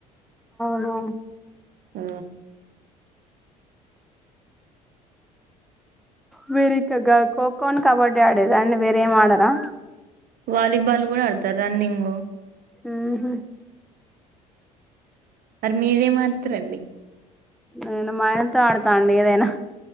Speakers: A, in the centre; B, on the right.
A: అవును
B: ఆ
A: మీరుఇగ్గ గా కో కో అని కబడ్డీ ఆడేదా అండి వేరేం ఆడరా
B: వాలీబాల్ కూడా ఆడుతా రన్నింగ్
A: హ్మ్ హు
B: మరి మీరేం ఆడుతారు అండి
A: నేను మాయనతో ఆడతా అండి ఏదైనా